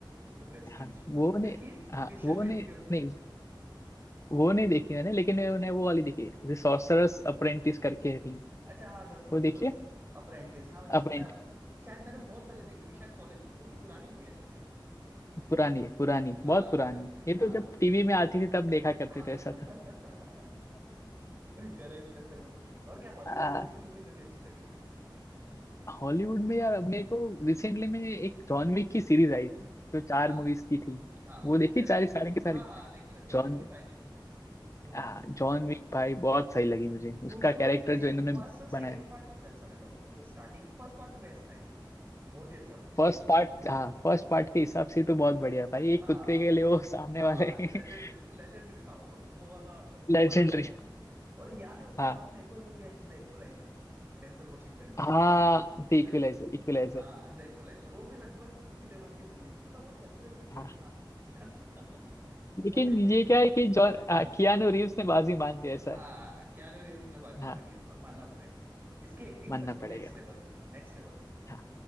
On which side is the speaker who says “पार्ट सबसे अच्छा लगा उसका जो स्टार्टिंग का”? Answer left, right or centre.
Right